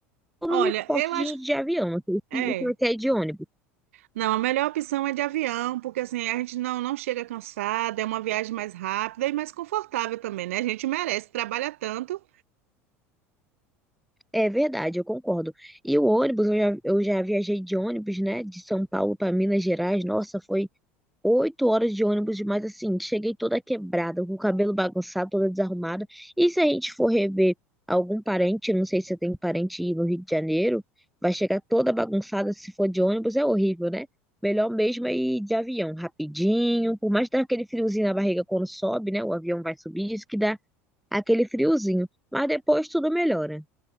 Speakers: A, in the centre; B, on the right (about 80°).
A: Eu não
B: Olha,
A: me importo
B: eu
A: de,
B: acho,
A: de avião, não sei
B: é,
A: se você vai querer ir de ônibus.
B: Não, a melhor opção é de avião, porque assim a gente não, não chega cansada, é uma viagem mais rápida e mais confortável também, né? A gente merece, trabalha tanto.
A: É verdade, eu concordo. E o ônibus, eu já, eu já viajei de ônibus, né, de São Paulo para Minas Gerais. Nossa, foi oito horas de ônibus, mas assim, cheguei toda quebrada, com o cabelo bagunçado, toda desarrumada. E se a gente for rever algum parente, não sei se você tem parente aí no Rio de Janeiro, vai chegar toda bagunçada se for de ônibus, é horrível, né? Melhor mesmo é ir de avião, rapidinho, por mais que dá aquele friozinho na barriga quando sobe, né? O avião vai subir, isso que dá aquele friozinho. Mas depois tudo melhora.